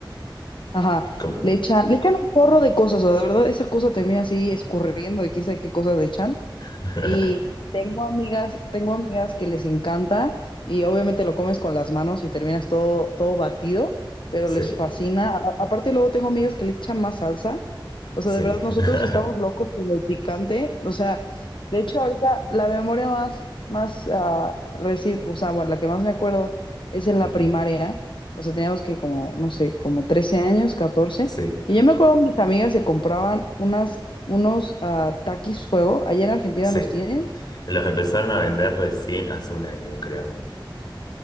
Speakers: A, on the left (about 70°); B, on the left (about 50°).
A: Ajá,
B: Como-
A: le echan, le echan un porro de cosas, o sea, de verdad, esa cosa termina así escurriendo y quién sabe qué cosas le echan.
B: <laughs>
A: Y tengo amigas, tengo amigas que les encanta y obviamente lo comes con las manos y terminas todo, todo batido, pero
B: Sí,
A: les fascina. A- aparte luego tengo amigas que le echan más salsa. O sea,
B: sí.
A: de verdad nosotros
B: <laughs>
A: estamos locos con el picante. O sea, de hecho ahorita la memoria más, más ah, reci- o sea, bueno, la que más me acuerdo es en la
B: Ujú.
A: primaria. O sea, teníamos que como, no sé, como 13 años, catorce
B: Sí,
A: Y yo me acuerdo mis amigas se compraban unas unos ah, taquis fuego. Allá en Argentina
B: sí.
A: los tienen.
B: Los empezaron a vender recién hace un año, creo.